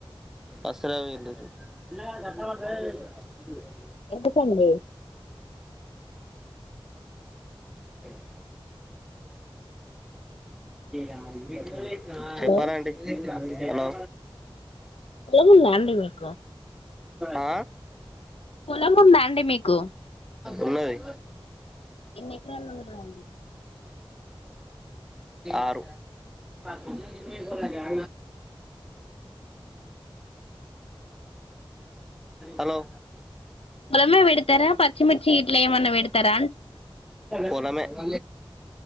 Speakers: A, in the centre; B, on the left.
A: ఆసనం ఏంటో చెప్పు <unintelligible>
B: ఎత కండి
A: నీ ఆ మా <unintelligible>
B: హలో
A: చెప్పాలాండి హలో
B: పొలం ఉందా అండి మీకు
A: ఆ
B: పొలం ఉందా అండి మీకు
A: ఉన్నది
B: ఎన్ని ఎకరాలు ఉన్నదండి
A: ఆరు ఆ హలో
B: <unintelligible> ఉమమె వెడుతార పచ్చిమిిచి ఇట్లా ఏమన్నన్నా వెడుతార
A: పొలమే ద